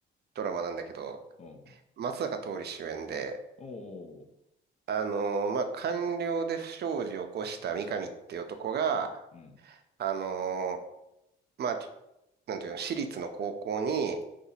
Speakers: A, on the right (about 55°); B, on the left (about 35°).
A: ドラマなんだけど、
B: うん。
A: 松坂桃李主演で、
B: おう。
A: あのーまあ、官僚で不祥事を起こした三上っていう男が、
B: うん。
A: あのーまあ、ちょなんていうの、私立の高校に